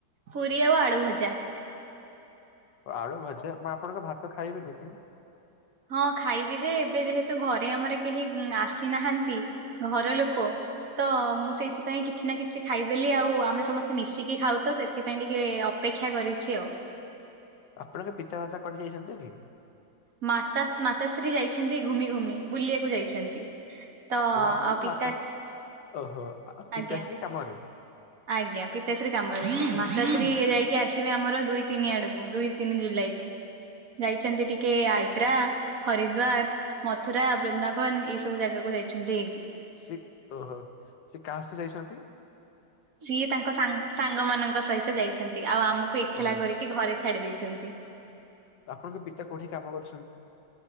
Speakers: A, on the right; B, on the left.
A: ପୁରି ଆଉ ଆଳୁ ଭଜା।
B: ଆଳୁ ଭଜା ମୁଁ ଆପଣଙ୍କ ଭାତ ଖାଇବିନି କି?
A: ହଁ ଖାଇବି ଯେ ଏବେ ଯେହେତୁ ଘରେ ଆମର କେହି ଆସିନାହାନ୍ତି ଘର ଲୋକ ତ ମୁଁ ସେଇଥିପାଇଁ କିଛି ନା କିଛି ଖାଇଦେଲି ଆଉ ଆମେ ସମସ୍ତେ ମିଶିକି ଖାଉ ତ ସେଥିପାଇଁ ଟିକେ ଅ ଅପେକ୍ଷା କରିଛି ଆଉ।
B: ଆପଣଙ୍କ ପିତାମାତା କୁଆଡେ ଯାଇଛନ୍ତି କି?
A: ମାତା ମାତାଶ୍ରୀ ଯାଇଛନ୍ତି ଘୁମି ଘୁମି ବୁଲିବାକୁ ଯାଇଛନ୍ତି। ତ
B: ଓହ ଆପଣଙ୍କ
A: ଆଉ ପିତା
B: ମାତା ଓହୋ ଆଉ
A: ଆଜ୍ଞା।
B: ପିତାଶ୍ରୀ କାମରେ।
A: ଆଜ୍ଞା ପିତାଶ୍ରୀ କାମରେ ଯାଇଛନ୍ତିି ମାତାଶ୍ରୀ ଯାଇକି ଆସିବେ ଆମର ଦୁଇ ତିନି ଆଡକୁ ଦୁଇ ତିନି ଜୁଲାଇ କୁ। ଯାଇଚନ୍ତି ଟିକେ ଆଗ୍ରା ହରିଦ୍ଵାର, ମଥୁରା, ବୃନ୍ଦାବନ ଏଇ ସବୁ ଜାଗାକୁ ଯାଇଛନ୍ତି ଏ
B: ସିଏ କେ ଓହୋ ସେ କାହା ସହ ଯାଇଛନ୍ତି?
A: ସିଏ ତାଙ୍କ ସାଙ୍ଗ୍ ସାଙ୍ଗମାନଙ୍କ ସହିତ ଯାଇଛନ୍ତି ଆଉ ଆମକୁ ଏକେଲା
B: ଓହୋ
A: କରିକି ଘରେ ଛାଡି ଦେଇଛନ୍ତି।
B: ଆପଣଙ୍କ ପିତା କଉଠି କାମ କରୁଛନ୍ତି?